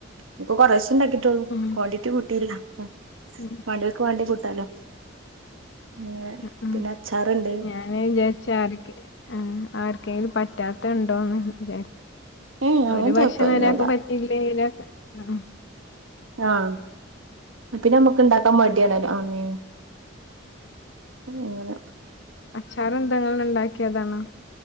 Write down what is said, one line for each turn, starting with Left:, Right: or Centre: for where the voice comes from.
Right: ഇനിക്കും കൊറേ ഇഷ് ഉണ്ടാക്കിട്ടോള്ളൂ
Left: ഉം ഉം
Right: ക്വാണ്ടിറ്റി കിട്ടിയില്ല ഉം
Left: ഉം
Right: മടികൾക്ക് വേണ്ടി കൂട്ടാലോ അങ്ങനെ
Left: ഉം ഉം
Right: പിന്നെ അച്ചാറ്ണ്ട്
Left: ഞാനേ വിചാരിച്ച ആരൊക്കെ ആ ആർക്കെങ്കിലും പറ്റാത്ത ഉണ്ടോന്ന്
Right: ഏ അങ്ങനത്തെ
Left: ഒരു ഭക്ഷണം
Right: കൊഴപ്പൊന്നുല്ല
Left: ഒരാക്ക് പറ്റിയില്ലേ ഒരാക്ക് ആ
Right: ആഹ പിന്നെ നമ്മുക്ക് ഇണ്ടാക്കാൻ മടിയണല്ലോ ആ മീ അങ്ങനെ
Left: അച്ചാറ് എന്ത ഇങ്ങളെന്നെ ഉണ്ടാക്കിയതാണോ